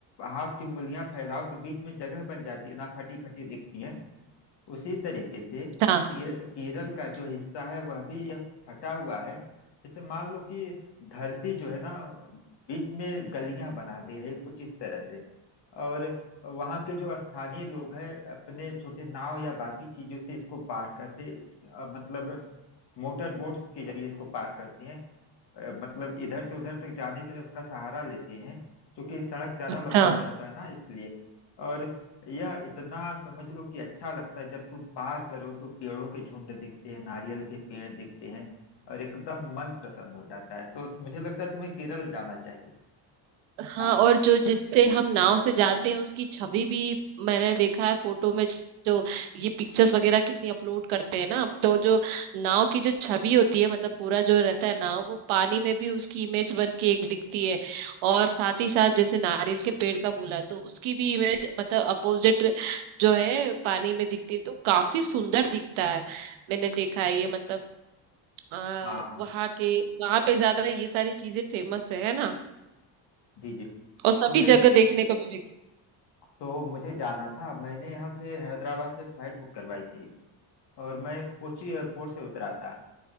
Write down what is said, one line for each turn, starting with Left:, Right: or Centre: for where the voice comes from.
Left: हाथ की उंगलियां फैलाओ तो बीच में जगह बन जाती है ना फटी फटी दिखती है उसी तरीके से
Right: हाँ
Left: के, केरल का जो हिस्सा है वह भी यह फटा हुआ है जैसे मान लो कि धरती जो है ना बीच में गलियां बना दे रही कुछ इस तरह से और वहाँ के जो स्थानीय लोग हैं अपने छोटे नाव या बाकी चीजों से इसको पार करते अ, मतलब मोटर बोट्स के जरिए इसको पार करते हैं अ, मतलब इधर से उधर तक जाने के लिए उसका सहारा लेते हैं क्योंकि सड़क ज्यादा लंबा
Right: हाँ
Left: हो जाता है ना इसलिए और यह इतना समझ लो कि अच्छा लगता है जब तुम पार करो तो पेड़ों के झुंड दिखते हैं नारियल के पेड़ दिखते हैं और एकदम मन प्रसन्न हो जाता है तो मुझे लगता है तुम्हें केरल जाना चाहिए
Right: हाँ
Left: हाँ
Right: और जो जिससे हम नाव से जाते हैं उसकी छवि भी मैंने देखा है फोटो में जो ये पिक्चर्स वगैरह कितनी अपलोड करते हैं ना तो जो नाव की जो छवि होती है मतलब पूरा जो रहता है नाव वो पानी में भी उसकी इमेज बन के एक दिखती है और साथ ही साथ जैसे नारियल के पेड़ का बोला तो उसकी भी इमेज मतलब अपोजिट जो है पानी में दिखती है तो काफी सुंदर दिखता है मैंने देखा है ये मतलब आ,
Left: हाँ हाँ
Right: वहाँ के वहाँ पे ज्यादा ये सारी चीजें फेमस है है ना
Left: जी जी
Right: और सभी
Left: तो देख
Right: जगह देखने को मिलेगी
Left: तो मुझे जाना था मैंने यहाँ से हैदराबाद से फ्लाइट बुक करवाई थी और मैं कोची एयरपोर्ट से उतरा था